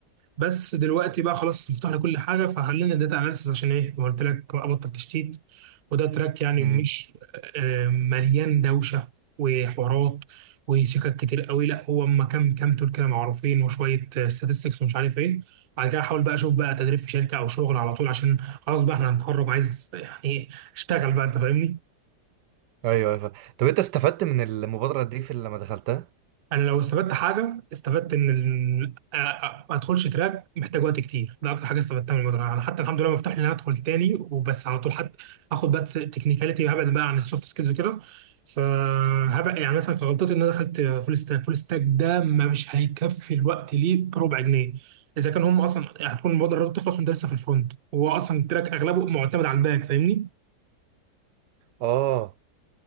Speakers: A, on the right; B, on the right.
A: بس دلوقتي بقى خلاص مفتوح لي كل حاجه فخلينا داتا اناليسيس عشان ايه زي ما قلت لك ابطل تشتيت وده تراك يعني
B: امم
A: مش آه مليان دوشه وحوارات وشكك كتير قوي لا هو اما كام كام تول كده معروفين وشويه statistics ومش عارف ايه بعد كده احاول بقى اشوف بقى تدريب في شركه او شغل على طول عشان خلاص بقى احنا هنتخرج عايز يعني إيه، اشتغل بقى انت فاهمني
B: أيوه أيوه فا- طب أنت استفدت من المبادرة دي في لما دخلتها؟
A: انا لو استفدت حاجه استفدت ان ال... آ- آ- ما ادخلش تراك محتاج وقت كتير ده اكتر حاجه استفدتها من المدرسه انا حتى الحمد لله مفتوح لي ان انا ادخل تاني وبس على طول حد اخد بقى تكنيكاليتي وهبعد بقى عن السوفت سكيلز وكده فهبقى يعني مثلا كان غلطتي ان انا دخلت فول ستاك فول ستاك ده مش هيكفي الوقت ليه بربع جنيه اذا كان هم اصلا هتكون المبادره بتخلص وانت لسه في الفرونت وهو اصلا التراك اغلبه معتمد على الباك فاهمني
B: آه